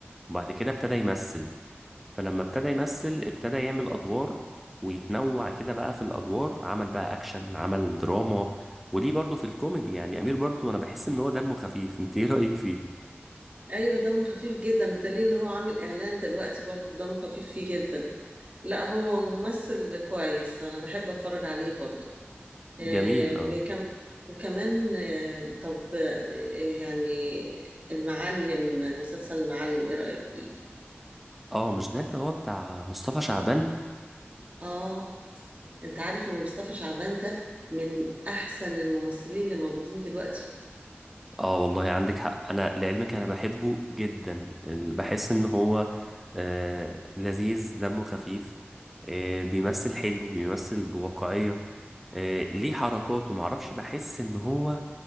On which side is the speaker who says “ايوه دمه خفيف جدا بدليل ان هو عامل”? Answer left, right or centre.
Right